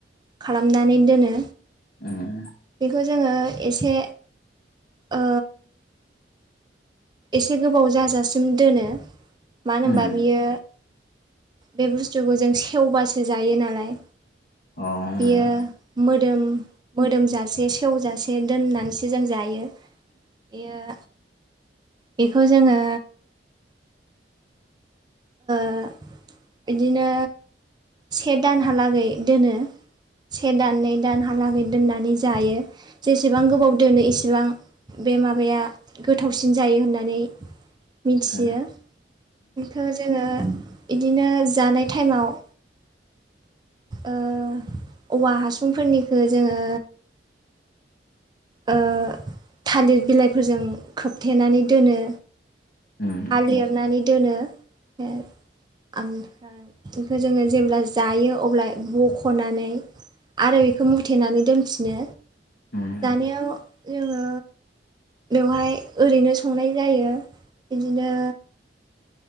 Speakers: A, on the right; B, on the left.
A: खालामनानै दोनो।
B: ओम।
A: खौ जोङो एसे ओ एसे गोबाव जाजासिम दोनो। मानो
B: उम
A: होनबा बियो बे बुस्थुखौ जों सेवबासो जायो नालाय।
B: अ उम
A: बेयो मोदोम मोदोमजासे सेवजा से दोननानैसो जों जायो। बेयो बेखौ जोङो ओ बिदिनो से दानहालागै दोनो। से दान नै दानहालागै दोननानै जायो, जेसेबां गोबाव दोनो एसेबां बे माबाया गोथावसिन जायो होननानै मिथियो।
B: उम
A: बेखौ जोङो बिदिनो जानाय टाइमाव ओ औवा हासुंफोरनिखौ जोङो ओ थालिर बिलाइफोरजों खोबथेनानै दोनो
B: उम उम
A: हा लिरनानै दोनो। ओमफ्राय बेखौ जोङो जेब्ला जायो अब्ला बख'नानै आरो बेखौ मुथेनानै दोनफिनो।
B: उम उम
A: जानायाव जोङो बेवहाय ओरैनो संनाय जायो बिदिनो